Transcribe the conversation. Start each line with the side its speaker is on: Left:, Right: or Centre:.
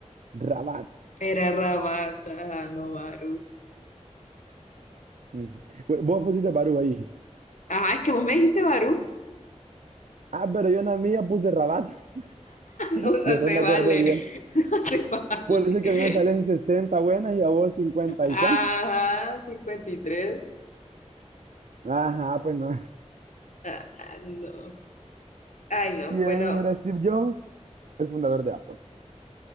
Right: Rabat.
Left: Era Rabata, no Barú.
Right: Ujú. Bueno, vos pusiste Barú ahí.
Left: ah es que vos me dijiste Barú. <laughs>
Right: Ah, pero yo en la mía puse Rabat. <laughs>
Left: No, no
Right: Después
Left: se
Right: me
Left: vale.
Right: acordé bien.
Left: <laughs> No se vale.
Right: Por eso es que a mí me salen 60 buenas y a vos cincuenta
Left: Ajá,
Right: ¿Y cuántas?
Left: cincuenta y tres
Right: Ajá, pues no. <laughs>
Left: Ah, no. Ay, no.
Right: ¿Quién
Left: Bueno,
Right: era Steve Jobs? El fundador de Apple.